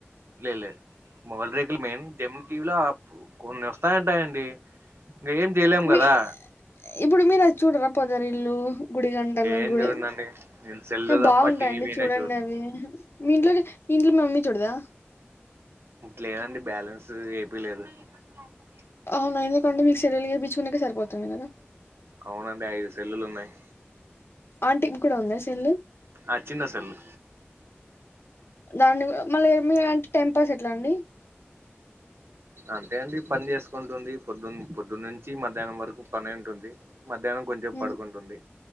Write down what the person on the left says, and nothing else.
మీ
ఇప్పుడు మీరు అది చూడరా పొదరిల్లు గుడి గంటలు
గుడి
బాగుంటాయండి
చూడండి
అవి మీ ఇంట్లో మీ ఇంట్లో మమ్మీ చూడదా
అవును ఎందుకంటే మీకు సెల్లులో చెప్పించుకో నీకే సరిపోతుంది కదా
ఆంటీ కి కూడా ఉందా సెల్లు
దాన్ని మళ్ళీ ఏమి అంటే టెంపాస్ ఎట్లా అండి
ఉమ్